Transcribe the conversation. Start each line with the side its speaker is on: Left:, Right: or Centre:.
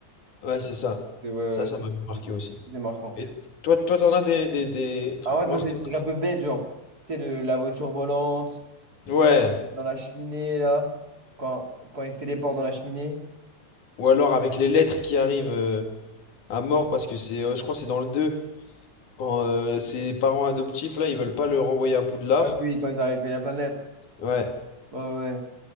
Left: Ouais, c'est ça.
Right: C'est ouais, ouais,
Left: Ça, ça m'a marqué
Right: c'est-
Left: aussi.
Right: c'est marquant.
Left: Et toi, toi, t'en as des, des, des trucs
Right: Ah ouais,
Left: marquants
Right: moi, c'est des trucs
Left: comme
Right: un peu bête, genre. Tu sais, le- la voiture volante,
Left: ça Ouais.
Right: dans la cheminée, là. Quand, quand ils se téléportent dans la cheminée.
Left: Ou alors avec les lettres qui arrivent euh, à mort, parce que c'est, euh, je crois que c'est dans le 2 Quand euh, ses parents adoptifs, là, ils veulent pas le renvoyer à Poudlard.
Right: Ah oui, oui, quand ils arrivent, quand il y a plein de lettres.
Left: Ouais.
Right: Ouais, ouais.